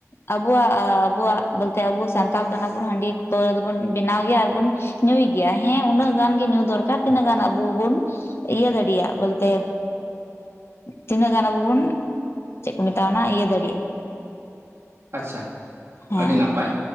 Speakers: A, on the left; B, on the right.
A: ᱟᱵᱚᱣᱟᱜ, ᱟᱵᱚᱣᱟᱜ ᱵᱚᱞᱞᱛᱮ ᱟᱵᱚ ᱥᱟᱱᱛᱟᱞ ᱠᱟᱱᱟ ᱵᱚᱱ᱾ ᱦᱟᱺᱰᱤ ᱯᱟᱹᱣᱨᱟᱹ ᱫᱚᱵᱚᱱ ᱵᱮᱱᱟᱣ ᱜᱮᱭᱟ ᱟᱨ ᱵᱚᱱ ᱧᱩᱭ ᱜᱮᱭᱟ ᱦᱮᱸ ᱩᱱᱟᱹᱜ ᱜᱟᱱ ᱜᱤ ᱧᱩ ᱫᱚᱨᱠᱟᱨ ᱛᱤᱱᱟᱹᱜ ᱜᱟᱱ ᱟᱵᱚ ᱵᱚᱱ ᱤᱭᱟᱹ ᱫᱟᱲᱮᱭᱟᱜᱼᱟ ᱵᱚᱞᱛᱮ ᱛᱤᱱᱟᱹᱜ ᱜᱟᱱ ᱟᱵᱚ ᱵᱚᱱ ᱪᱮᱫ ᱠᱚ ᱢᱮᱛᱟᱣᱟ, ᱚᱱᱟ ᱤᱭᱟᱹ ᱫᱟᱲᱮᱭᱟᱜᱼᱟ᱾
B: ᱟᱪᱪᱷᱟ
A: ᱦᱮᱸ
B: ᱟᱹᱰᱤ ᱱᱟᱯᱟᱭ